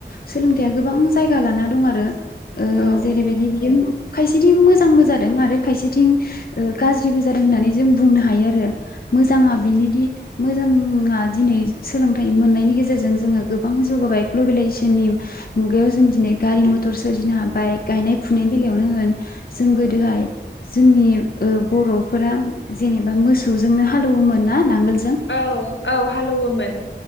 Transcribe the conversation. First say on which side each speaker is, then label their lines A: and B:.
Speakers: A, on the left; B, on the left.
A: सोलोंथाइआ गोबां जायगा लाना दं आरो। ओ
B: औ
A: जेरैबायदि बियो। खायसेथिं मोजांबो जादों आरो खायसेथिं ओ गाज्रिबो जादों होननानै जों बुंनो हायो आरो। मोजाङा
B: औ
A: बिनिदि मोजाङा दिनै सोलोंथाइ मोननायनि गेजेरजों जोङो गोबां जौगाबाय ग्लबेलाइजेसननि मुगायाव जों दिनै गारि मथर सोरजिनो हाबाय गायनाय फुनायनि बेलायावनो होन जोंनि ओ बर'फोरा जेनेबा मोसौजोंनो हालौयोमोन ना नांगोल
B: औ औ हालौवोमोन।